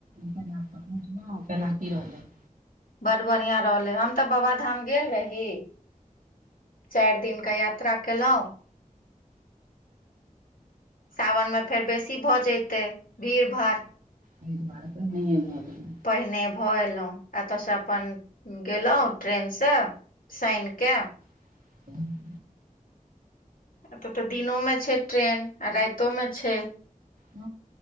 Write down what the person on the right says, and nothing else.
केना कऽ पहुँचलौ केना की रहलौ <unintelligible>
एहि दुआरे पर नहि भऽ गेल <unintelligible>
ह <inaudible>
ह